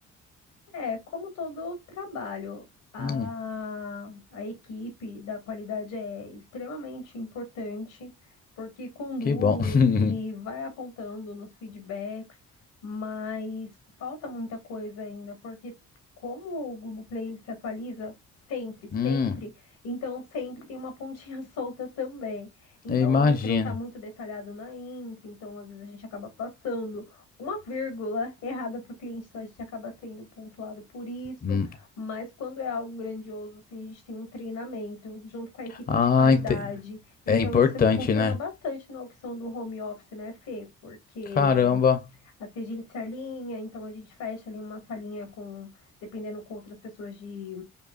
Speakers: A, on the left; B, on the left.
A: É, como todo trabalho, a,
B: Hum,
A: a equipe da qualidade é extremamente importante, porque conduz
B: que bom. <laughs>
A: e vai apontando nos feedbacks, mas falta muita coisa ainda, porque como o Google Play ele se atualiza sempre, sempre,
B: Hum,
A: então sempre tem uma pontinha <laughs> solta também. Então,
B: eu imagino.
A: algo que não está muito detalhado na intro, então às vezes a gente acaba passando uma vírgula errada para o cliente, então a gente acaba sendo pontuado por isso,
B: Hum.
A: mas quando é algo grandioso, assim, a gente tem um treinamento junto com a equipe
B: Ah,
A: de qualidade.
B: ente...
A: Então
B: é importante,
A: isso funciona
B: né?
A: bastante na opção do home office, né, Fê? Porque
B: Caramba.
A: assim a gente se alinha, então a gente fecha ali uma salinha com, dependendo com outras pessoas de